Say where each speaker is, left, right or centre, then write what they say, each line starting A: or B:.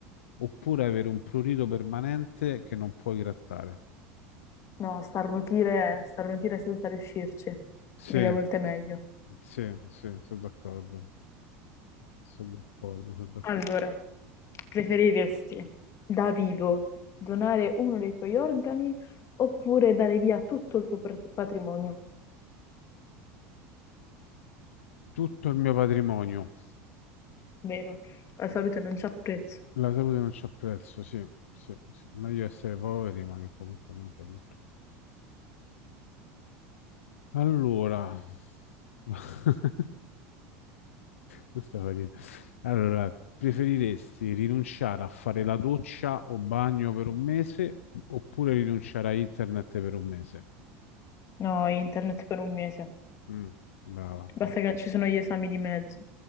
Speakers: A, on the left (about 85°); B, on the left (about 45°).
A: oppure avere un prurito permanente che non puoi grattare?
B: No, starnutire, starnutire senza riuscirci.
A: Sì,
B: Mille volte meglio.
A: sì, sì, sono d'accordo. Sono d'accordo, sono d'accordo.
B: Allora, preferiresti da vivo donare uno dei tuoi organi oppure dare via tutto il tuo pr- patrimonio?
A: Tutto il mio patrimonio.
B: Vero, la salute non c'ha prezzo.
A: La salute non c'ha prezzo, sì, sì, sì. Meglio essere poveri, ma che comunque non c'è tutto. Allora, <laughs> questa fa ridere. Allora, preferiresti rinunciare a fare la doccia o bagno per un mese oppure rinunciare a internet per un mese?
B: No, internet per un mese.
A: Mm, brava.
B: Basta
A: brava.
B: che non ci sono gli esami di mezzo.